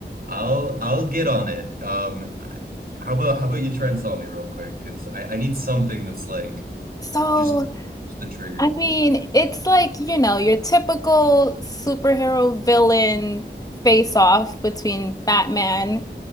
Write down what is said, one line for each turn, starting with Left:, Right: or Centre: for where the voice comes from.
Right: I'll I'll get on it. Um, I- how about how about you try and sell me real quick? Because I, I need something that's like
Left: So,
Right: just just the trigger.
Left: I mean, it's like, you know, your typical superhero villain face off between Batman,